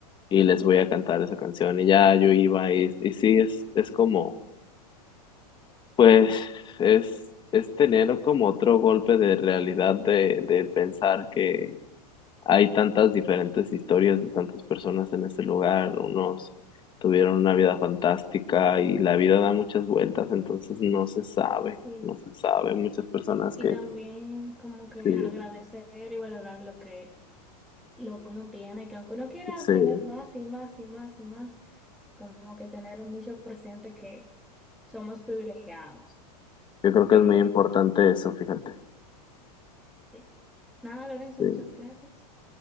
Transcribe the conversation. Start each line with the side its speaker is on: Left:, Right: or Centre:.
Left: y les voy a cantar esa canción. Y ya yo iba y, y sí, es, es como, pues, es, es tener como otro golpe de realidad de, de pensar que hay tantas diferentes historias de tantas personas en ese lugar. Unos tuvieron una vida fantástica y la vida da muchas vueltas, entonces no se sabe,
Centre: Sí,
Left: no se sabe. Muchas personas
Centre: Y
Left: que,
Centre: también como que
Left: que
Centre: agradecer y valorar lo que, lo que uno tiene, que aunque uno quiera
Left: sí,
Centre: tener más y más y más y más, como que tener mucho presente que somos privilegiados.
Left: yo creo que
Centre: Eh,
Left: es muy importante eso, fíjate.
Centre: sí. Nada, Lorenzo,
Left: Sí.
Centre: muchas gracias.